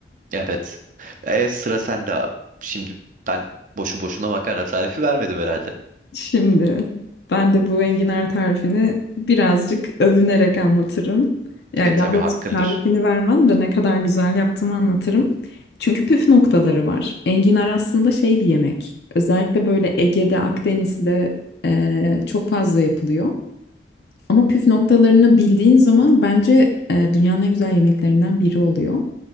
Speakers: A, on the right; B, on the left.
A: Evet. E, sıra sende abi. Şimdi ben boşu boşuna makarna tarifi vermedim herhalde.
B: Şimdi ben de bu enginar tarifini birazcık övünerek anlatırım. Yani
A: E tabii
B: daha doğrusu
A: hakkındır.
B: tarifini vermem de ne kadar güzel yaptığımı anlatırım. Çünkü püf noktaları var. Enginar aslında şey bir yemek. Özellikle böyle Ege'de, Akdeniz'de eee, çok fazla yapılıyor. Ama püf noktalarını bildiğin zaman bence eee, dünyanın en güzel yemeklerinden biri oluyor.